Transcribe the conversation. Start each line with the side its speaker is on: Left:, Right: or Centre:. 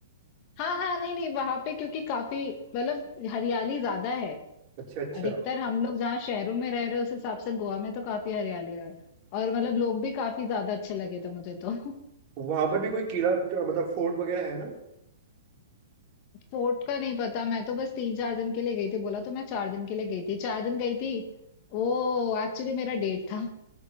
Left: हाँ हाँ नहीं नहीं वहां पे क्योंकि काफी मतलब हरियाली ज्यादा है
Right: अच्छा अच्छा
Left: अधिकतर हम लोग जहाँ शहरों में रह रहे हैं उस हिसाब से गोवा में तो काफी हरियाली है और मतलब लोग भी काफी ज्यादा अच्छे लगे थे मुझे तो
Right: वहां पर भी कोई किला मतलब फोर्ट वगैरह है ना
Left: फोर्ट का नहीं पता मैं तो बस तीन चार दिन के लिए गई थी बोला तो मैं चार दिन के लिए गई थी चार दिन गई थी वो एक्चुअली मेरा डेट था